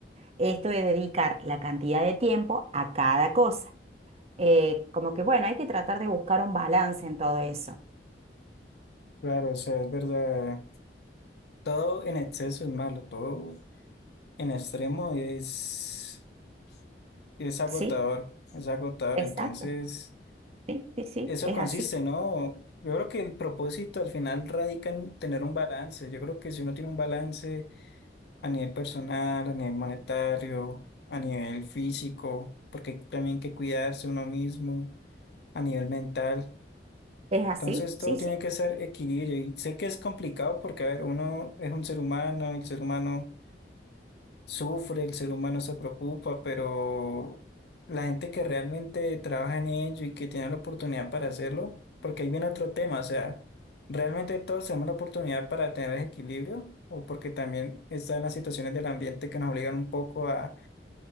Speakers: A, on the right; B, on the left.
A: Esto de dedicar la cantidad de tiempo a cada cosa. Eh, como que bueno, hay que tratar de buscar un balance en todo eso.
B: Claro, o sea, es verdad. Todo en exceso es malo, todo en extremo es, es agotador,
A: Sí,
B: es agotador.
A: exacto.
B: Entonces,
A: Sí, sí, sí,
B: eso
A: es
B: consiste,
A: así.
B: ¿no? Yo creo que el propósito al final radica en tener un balance. Yo creo que si uno tiene un balance a nivel personal, a nivel monetario, a nivel físico, porque también hay que cuidarse uno mismo, a nivel mental.
A: Es así,
B: Entonces
A: sí,
B: todo tiene
A: sí.
B: que ser equilibrio y sé que es complicado porque, a ver, uno es un ser humano, el ser humano sufre, el ser humano se preocupa, pero la gente que realmente trabaja en ello y que tiene la oportunidad para hacerlo, porque ahí viene otro tema, o sea, realmente todos tenemos la oportunidad para tener ese equilibrio, o porque también están las situaciones del ambiente que nos obligan un poco a,